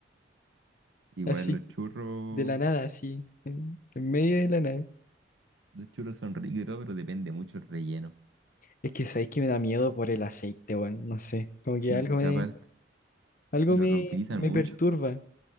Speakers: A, on the right; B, on the left.
A: Igual
B: así,
A: los churros,
B: de la nada, así, en en medio de la nada.
A: los churros son ricos y todo, pero depende mucho el relleno.
B: Es que sabéis que me da miedo por el aceite, weón. No sé. Como que
A: Sí,
B: algo me,
A: aparte,
B: algo
A: y lo
B: me,
A: reutilizan
B: me
A: mucho.
B: No, perturba.